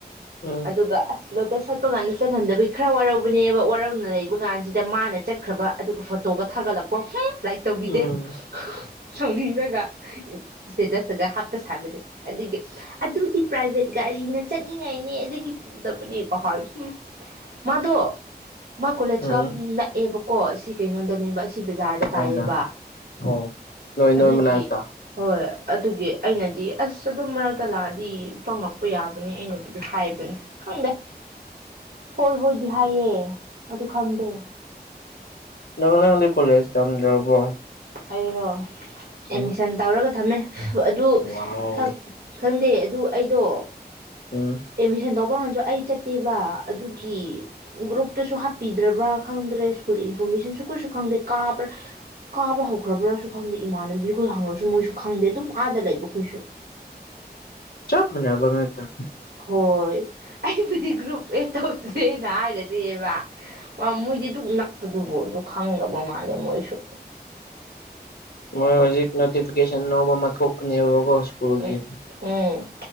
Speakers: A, on the left; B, on the right.
A: ꯎꯝ
B: ꯑꯗꯨꯒ ꯑꯁ ꯂꯣꯇꯁ ꯁꯥꯠꯄ ꯀꯥꯟꯗ ꯆꯠꯍꯟꯗꯕꯤꯒꯤ ꯈꯔ ꯋꯥꯔꯧꯕꯅꯦꯕ ꯋꯥꯔꯧꯅ ꯂꯩꯕ ꯀꯥꯟꯁꯤꯗ ꯃꯥꯅ ꯆꯠꯈ꯭ꯔꯕ ꯑꯗꯨꯒ ꯐꯣꯇꯣꯒ ꯊꯥꯒꯠꯂꯛꯄ ꯍꯨꯡ ꯂꯥꯏꯛ ꯇꯧꯕꯤꯗꯦ
A: ꯎꯝ
B: ꯁꯥꯎꯅꯤꯡꯔꯒ ꯁ꯭ꯇꯦꯇꯁꯇꯒ ꯍꯥꯞꯄ ꯁꯥꯕꯅꯦ ꯑꯗꯨꯒ ꯑꯗꯨꯗꯤ ꯄ꯭ꯔꯥꯏꯚꯦꯠ ꯒꯥꯔꯤꯅ ꯆꯠꯅꯤꯡꯉꯥꯏꯅꯦ ꯑꯗꯨꯒꯤ ꯄꯨꯗꯕꯅꯦ ꯀꯍꯥꯏ ꯍꯨꯡ ꯃꯥꯗꯣ ꯃꯥ ꯀꯣꯂꯦꯖ
A: ꯎꯝ
B: ꯀꯥꯕꯗ ꯅꯛꯑꯦꯕꯀꯣ ꯑꯁꯤ ꯀꯩꯅꯣꯗꯅꯦꯕ ꯑꯁꯤ ꯕꯖꯥꯔꯗ
A: ꯀꯥꯏꯗ
B: ꯇꯥꯏꯌꯦ ꯕꯥ
A: ꯑꯣ ꯅꯣꯏ ꯅꯣꯏ
B: ꯑꯗꯨꯒꯤ
A: ꯃꯅꯥꯛꯇ
B: ꯍꯣꯏ ꯑꯗꯨꯒꯤ ꯑꯩꯅꯗꯤ ꯑꯁ ꯑꯗꯨꯝ ꯃꯔꯛꯇ ꯂꯥꯛꯑꯗꯤ ꯆꯪꯂꯛ ꯄꯨ ꯌꯥꯕꯅꯤ ꯑꯩꯅꯕꯨꯗꯤ ꯍꯥꯏꯕꯅꯤ ꯈꯪꯗꯦ ꯍꯣꯏ ꯍꯣꯏꯗꯤ ꯍꯥꯏꯌꯦ ꯑꯗꯨ ꯈꯪꯗꯦ
A: ꯅꯪ ꯅꯪꯗꯤ ꯀꯣꯂꯦꯖ ꯇꯝꯗ꯭ꯔꯕꯣ
B: ꯑꯩꯔꯣ ꯑꯦꯠꯃꯤꯁꯟ
A: ꯎꯝ
B: ꯇꯧꯔꯒ ꯊꯝꯃꯦ ꯑꯗꯨ
A: ꯋꯥꯎ
B: ꯈꯛ ꯈꯪꯗꯦ ꯑꯗꯨ ꯑꯩꯗꯣ
A: ꯎꯝ
B: ꯑꯦꯠꯃꯤꯁꯟ ꯇꯧꯕ ꯉꯥꯟꯁꯨ ꯑꯩ ꯆꯠꯇꯦꯕ ꯑꯗꯨꯒꯤ ꯒ꯭ꯔꯨꯞꯇꯁꯨ ꯍꯥꯞꯄꯤꯗ꯭ꯔꯕ꯭ꯔꯥ ꯈꯪꯗ꯭ꯔꯦ ꯁ꯭ꯀꯨꯜ ꯏꯟꯐꯣꯔꯃꯦꯁꯟꯁꯨ ꯀꯨꯔꯤꯁꯨ ꯈꯪꯗꯦ ꯀꯥꯕ꯭ꯔꯥ ꯀꯥꯕ ꯍꯧꯈ꯭ꯔꯕ꯭ꯔꯁꯨ ꯈꯪꯗꯦ ꯏꯃꯥꯟꯅꯕꯤꯍꯣꯏ ꯍꯪꯉꯨꯔꯁꯨ ꯃꯣꯏꯁꯨ ꯈꯪꯗꯦ ꯑꯗꯨꯝ ꯑꯥꯗ ꯂꯩꯕ ꯈꯣꯏꯁꯨ
A: ꯆꯞ ꯃꯥꯟꯅꯕ ꯉꯥꯛꯇ
B: ꯍꯣꯏ ꯑꯩꯕꯨꯗꯤ ꯒ꯭ꯔꯨꯞ ꯑꯦꯠ ꯇꯧꯗꯦ ꯍꯥꯏ <unintelligible> ꯃꯥ ꯃꯣꯏꯗꯤ ꯗꯨꯛ ꯅꯛꯄꯗꯨꯕꯨ ꯑꯗꯨ ꯈꯪꯗꯕ ꯃꯥꯜꯂꯦ ꯃꯣꯏꯁꯨ
A: ꯃꯣꯏ ꯍꯧꯖꯤꯛ ꯅꯣꯇꯤꯐꯤꯀꯦꯁꯟ ꯑꯅꯧꯕ ꯑꯃ ꯊꯣꯛꯄꯅꯦꯕꯀꯣ ꯁ꯭ꯀꯨꯜꯒꯤ
B: ꯎꯝ ꯎꯝ